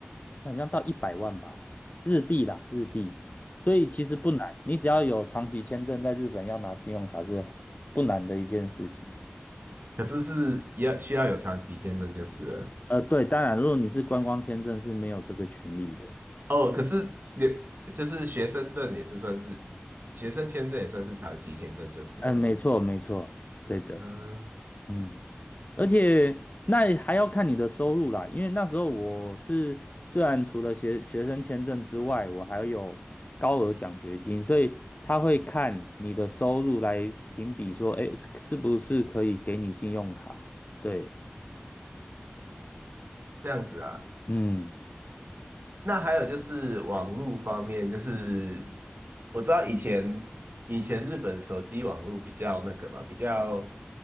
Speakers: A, on the left; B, on the right.
A: 好像到一百万吧，日币啦，日币。所以其实不难，你只要有长期签证在日本要拿信用卡是不难的一件事情。
B: 可是是也需要有长期签证就是了。
A: 呃，对，当然，如果你是观光签证是没有这个权利的。
B: 哦，可是留就是学生证也是算是学生签证也算是长期签证就是了。
A: 嗯，没错，没错，对的，
B: 嗯，
A: 嗯，而且那还要看你的收入啦，因为那时候我是虽然除了学学生签证之外，我还有高额奖学金，所以他会看你的收入来评比说，哎，是是不是可以给你信用卡？对，
B: 这样子啊。
A: 嗯，
B: 那还有就是网络方面，就是我知道以前以前日本手机网络比较那个嘛，比较